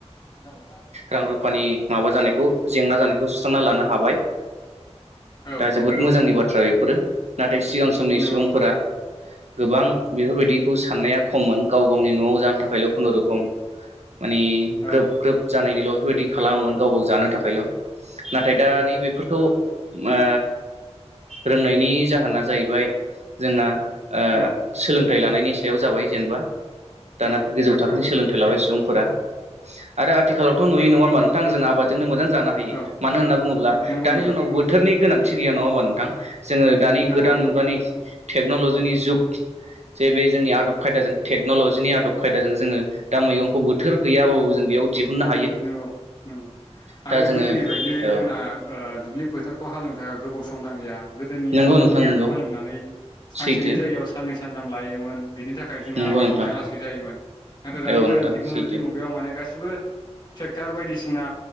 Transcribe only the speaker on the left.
औ थां।
औ
औ
औ
नंगौ
नोंथां
औ
औ
औ
औ
औ
नंगौ
नोंथां
नंगौ
नोंथां
नोंगौ नोंगौ
आरो
गोदोनि बायदि
जोंना ओ दुब्लि फोथारखौ हालेव बारा गोबाव सम नांलिया गोदोनिया
नोङो
मोसौजों
हालेवनानै सानसेनि
जायगायाव साननैसो सानथाम लायोमोन बिनि थाखाय जोंना
आबाद
मावनाया लासै जायोमोन नाथाय दानि
गोदान
टेक्नलजि
मुगायाव माने गासिबो ट्रेक्टर बायदिसिना